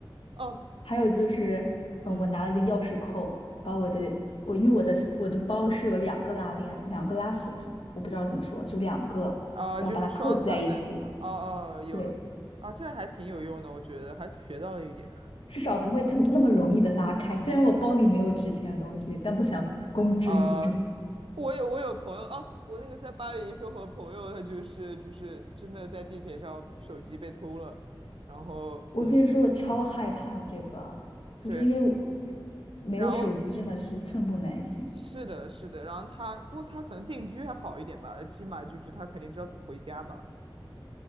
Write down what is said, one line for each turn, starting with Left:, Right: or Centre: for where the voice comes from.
Right: 哦，
Left: 还有就是，嗯，
Right: 嗯，
Left: 我拿了个钥匙扣，把我的我因为我的我的包是有两个拉链，两个拉锁是，我不知道怎么说，就两个，
Right: 啊、
Left: 然后把它扣在一起。
Right: 就是双层的是吗？哦哦，有，
Left: 对，
Right: 啊，这还挺有用的，我觉得还学到了一点。
Left: 至少不会特那么容易的拉开。虽然我包里没有值钱的东西，但不想公之于众。
Right: 啊、我有我有朋友啊，我那个在巴黎生活的朋友，他就是就是真的在地铁上手机被偷了，然后嗯，
Left: 我跟你说，我超害怕这个，就是因为我
Right: 对。
Left: 没有手机，
Right: 然后
Left: 真的是寸步难行。
Right: 是的，是的，然后他，不过他可能定居还好一点吧，起码就是他肯定知道怎么回家吧。